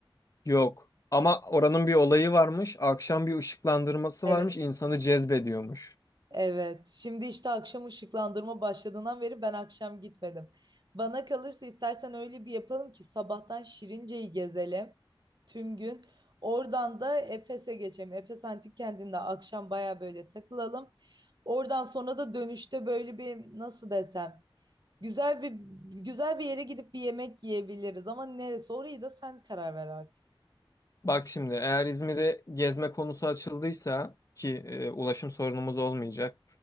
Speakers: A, on the left; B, on the right.
A: Yok. Ama oranın bir olayı varmış. Akşam bir ışıklandırması
B: Evet.
A: varmış. insanı cezbediyormuş.
B: Evet. Şimdi işte akşam ışıklandırma başladığından beri ben akşam gitmedim. Bana kalırsa istersen öyle bir yapalım ki sabahtan Şirince'yi gezelim tüm gün. Oradan da Efes'e geçelim. Efes Antik Kenti'nde akşam baya böyle takılalım. Oradan sonra da dönüşte böyle bir nasıl desem güzel bir güzel bir yere gidip bir yemek yiyebiliriz ama neresi orayı da sen karar ver artık.
A: Bak şimdi eğer İzmir'e gezme konusu açıldıysa ki e, ulaşım sorunumuz olmayacak.